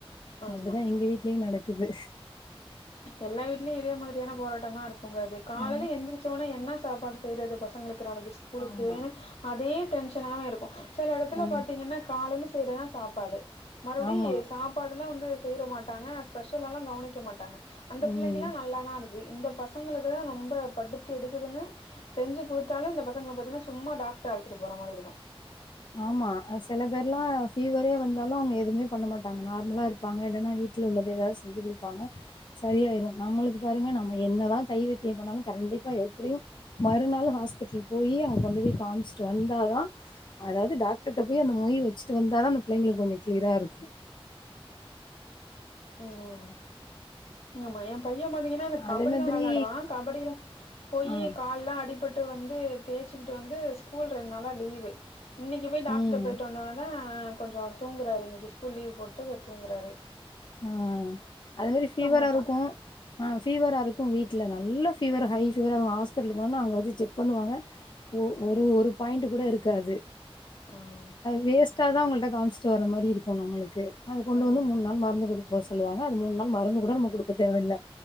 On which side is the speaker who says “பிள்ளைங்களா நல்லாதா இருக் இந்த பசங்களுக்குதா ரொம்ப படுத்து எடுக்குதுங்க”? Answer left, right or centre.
Left